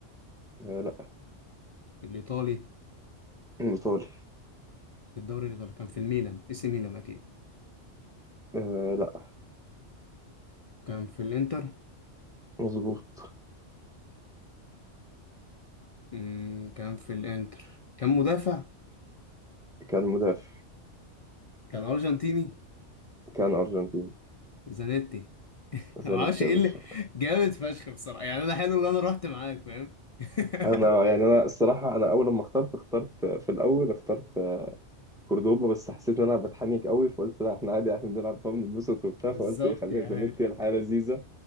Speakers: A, in the centre; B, on the left.
A: آه لا
B: الإيطالي
A: ايطالي
B: كان في الدوري الإيطالي كان في الميلان اسم ميلان أكيد
A: آه لا
B: كان في الانتر
A: مظبوط
B: مم، كان في الانتر كان مدافع
A: كان مدافع
B: كان ارجنتيني
A: كان أرجنتين
B: زانيتي <laughs>
A: زانت
B: ما اعرفش
A: يا
B: ايه
A: باشا
B: اللي جامد فشخ بصراحه يعني انا حلو ان انا رحت معاك فاهم <laughs>
A: أنا يعني أنا الصراحة أنا أول لما اخترت اخترت في الأول اخترت كوردوبا بس حسيت إن أنا بتحنيك قوي فقلت لا إحنا عادي إحنا بنلعب فبنتبسط وبتاع
B: بالظبط
A: فقلت إيه خليها
B: يعني
A: زانيتي الحياة لذيذة